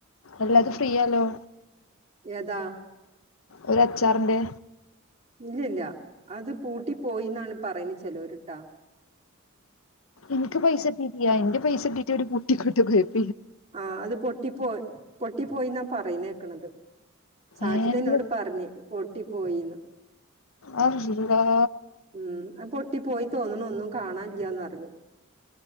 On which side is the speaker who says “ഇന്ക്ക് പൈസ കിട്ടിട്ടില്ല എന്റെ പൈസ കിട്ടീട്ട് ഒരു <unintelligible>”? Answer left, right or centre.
Left